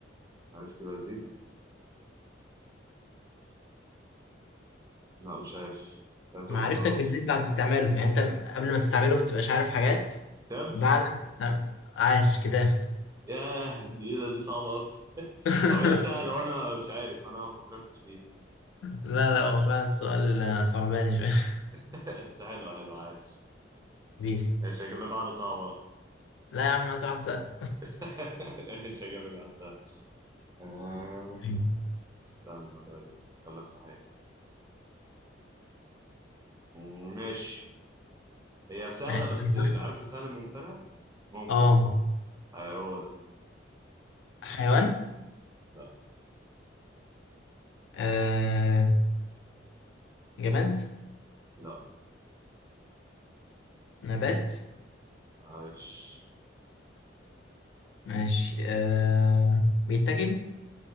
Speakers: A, on the right; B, on the left.
A: عرفت بزيد لا مش عارف انا تهت
B: معرفتك
A: خلاص
B: بتزيد بعد استعماله يعني أنت قبل ما تستعمله بتبقاش عارف حاجات
A: تاب
B: بعد ما تستعمل عاش كده
A: ياه دي ايه ده دي صعبة أوي. <laughs>
B: <laughs>
A: او هي سهلة وانا مش عارف انا ما فكرتش فيها
B: لا لا هو فعلا السؤال آه، صعباني شوية <laughs>
A: <laughs> بس حلو حلو عايش
B: حبيبي
A: مش هجيب لك واحدة صعبة بقى.
B: لا يا عم هات واحد سهل
A: <laughs> مش هجيب لك واحدة سهلة آه،
B: <laughs>
A: استنى طيب غلط في حاجة مم، ماشي هي سهلة
B: حيوان
A: بس عارف السهل الممتنع ممكن
B: اه
A: يعني آه، هو ده
B: حيوان
A: لا
B: آه جماد
A: لا
B: نبات
A: عايش
B: ماشي آه... بيتاكل